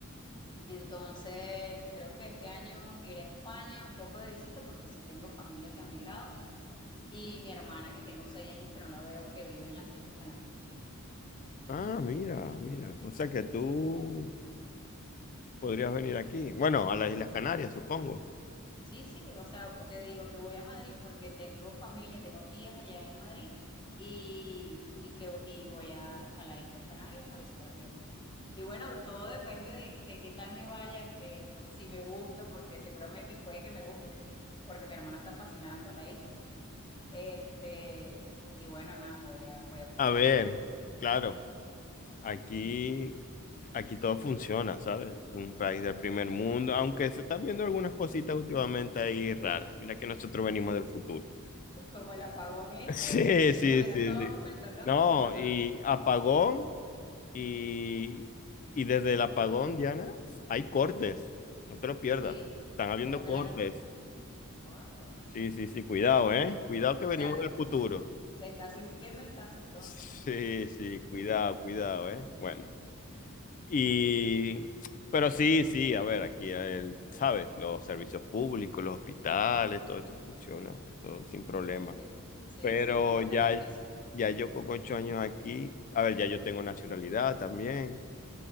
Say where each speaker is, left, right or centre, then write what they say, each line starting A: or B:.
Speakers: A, on the left (about 20°); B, on the left (about 35°).
A: Entonces, creo que este año iré a España un poco de visita porque sí tengo familia que ha migrado y mi hermana que tengo seis años que no la veo que vive en las Islas Canarias.
B: ah, mira, mira. O sea que tú Podrías venir aquí. Bueno, a las Islas Canarias, supongo.
A: Sí, sí, o sea, te digo que voy a Madrid porque tengo familia, tengo tías allá en Madrid y, y que y voy a, a las Islas Canarias a visitar a mi hermano. Y bueno, de todo depende de, de qué tal me vaya, que si me gusta, porque seguramente puede que me guste, porque mi hermana está fascinada con la isla. Este, y bueno, nada, voy a, voy a aprovechar.
B: A ver, claro, aquí, aquí todo funciona, ¿sabes? Es un país del primer mundo, aunque se están viendo algunas cositas últimamente ahí raras. Mira que nosotros venimos del futuro.
A: Como el apagón ese,
B: <laughs> Sí,
A: me
B: sí,
A: imagino
B: sí,
A: a todos
B: sí.
A: vueltos locos
B: No,
A: y nosotros,
B: y apagón, y, y desde el apagón, Diana, hay cortes. No te lo pierdas.
A: sí,
B: Están habiendo
A: como que
B: cortes.
A: le, wow. O
B: Sí, sí, sí, cuidado, ¿eh? Cuidado que venimos
A: sea,
B: del futuro.
A: ¿Te estás sintiendo en casa entonces?
B: Sí, sí, cuidado, cuidado, ¿eh? Bueno, y, pero sí, sí, a ver, aquí, el, ¿sabes? Los servicios públicos, los hospitales, todo eso funciona, eso sin problema.
A: Eh, Sí,
B: Pero
A: sí, tengo entendido
B: ya,
A: que sí.
B: ya yo con ocho años aquí, a ver, ya yo tengo nacionalidad también